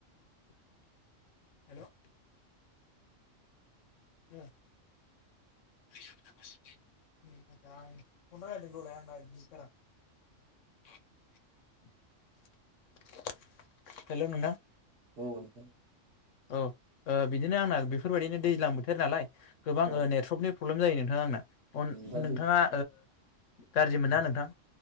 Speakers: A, on the left (about 75°); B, on the right (about 55°).
A: हेलौ औ <unintelligible> हेलौ नोंथां
B: औ
A: औ बिदिनो आंना बेफोरबायदिनो दैज्लां बोथोर नालाय गोबां
B: औ
A: नेथस्रपनि प्रब्लेम जायो नोंथाङा आंना
B: दा
A: नोंथाङा
B: दै
A: गाज्रि मोना नोंथां